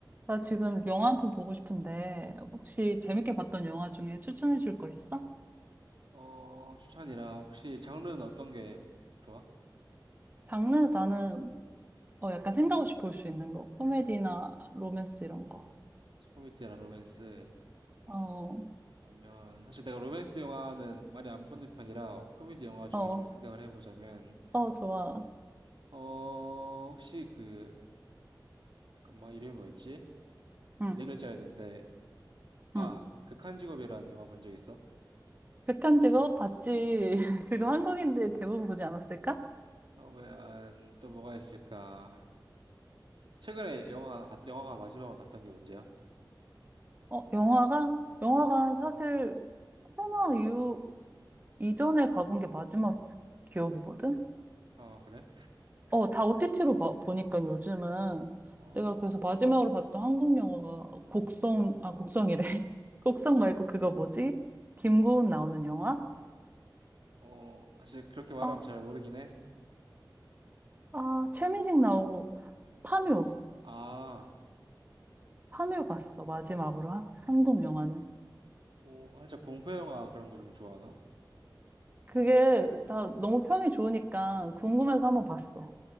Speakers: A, on the right (about 25°); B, on the right (about 85°).
A: 나 지금 영화 한 편 보고 싶은데, 혹시 재밌게 봤던 영화 중에 추천해 줄 거 있어?
B: 어, 추천이라 혹시 장르는 어떤 게 좋아?
A: 장르 나는 어, 약간 생각 없이 볼 수 있는 거. 코미디나 로맨스 이런 거.
B: 코미디나 로맨스.
A: 어,
B: 그러면 사실 내가 로맨스 영화는 많이 안 보는 편이라 코미디 영화 중에
A: 어,
B: 좀 생각을 해보자면
A: 어, 좋아.
B: 어, 혹시 그 잠깐만 이름이 뭐였지?
A: 응,
B: 네 글자였는데 아,
A: 응.
B: 극한 직업이라는 영화 본 적 있어?
A: 극한 직업 봤지. <laughs> 그거 한국인들 대부분 보지 않았을까?
B: 그러면 또 뭐가 있을까? 최근에 영화 갔 영화가 마지막으로 갔던 게 언제야?
A: 어, 영화가? 영화관 사실 코로나 이후, 이전에 가본 게 마지막 기억이거든?
B: 아, 그래?
A: 어, 다 OTT로 보니까 요즘은
B: 어,
A: 내가 그래서 마지막으로 봤던 한국 영화가 곡성, 아, 곡성이래. <laughs> 곡성 말고 그거 뭐지? 김고은 나오는 영화?
B: 어, 사실 그렇게 말하면
A: 어,
B: 잘 모르긴 해.
A: 아, 최민식 나오고 파묘.
B: 아.
A: 파묘 봤어, 마지막으로. 하- 한국 영화는.
B: 오, 살짝 공포 영화 그런 거 좀 좋아하나?
A: 그게 다 너무 평이 좋으니까 궁금해서 한번 봤어.